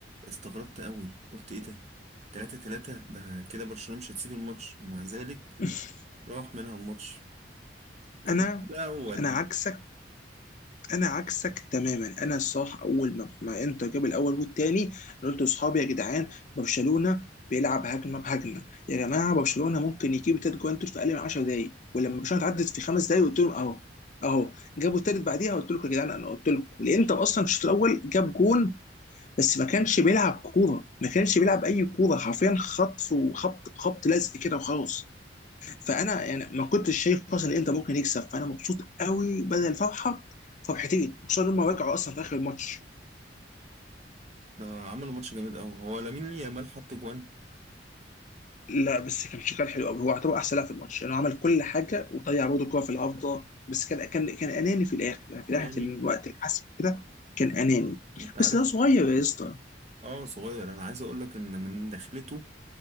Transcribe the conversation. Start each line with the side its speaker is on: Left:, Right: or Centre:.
Right: استغربت قوي قلت ايه ده تلاتة تلاتة ده كده برشلونة مش هتسيب الماتش ومع ذلك
Left: <laughs>
Right: راح منها الماتش طب
Left: انا
Right: ما ده اول
Left: انا عكسك انا عكسك تماما انا صح اول ما, ما انتر جاب الاول والتاني أنا قلت لاصحابي يا جدعان برشلونه بيلعب هجمه بهجمه يا جماعه برشلونه ممكن يجيب تلات جوان دول في اقل من 10 دقائق ولما برشلونه اتعدت في خمس دقائق قلت لهم اهو اهو جابوا التالت بعديها قلت لكم يا جدعان انا قلت لكم الانتر اصلا في الشوط الاول جاب جون بس ما كانش بيلعب كوره ما كانش بيلعب اي كوره حرفيا خطف وخبط خبط لزق كده وخلاص فانا يعني ما كنتش شايف اصلا ان انت ممكن يكسب فانا مبسوط قوي بدل الفرحه فرحتين خصوصا ان هم رجعوا اصلا في اخر الماتش
Right: ده عملوا ماتش جامد قوي هو لامين يامال حط جوان
Left: لا بس كان شغال حلو قوي هو اعتبر احسن لاعب في الماتش لانه يعني عمل كل حاجه وضيع برضه كوره في العارضه بس كان كان كان اناني في الاخر يعني في
Right: تاني
Left: ناحيه الوقت الحسم كده كان اناني
Right: انت عارف
Left: بس ده صغير يا اسطى
Right: اه صغير انا عايز اقول لك ان من دخلته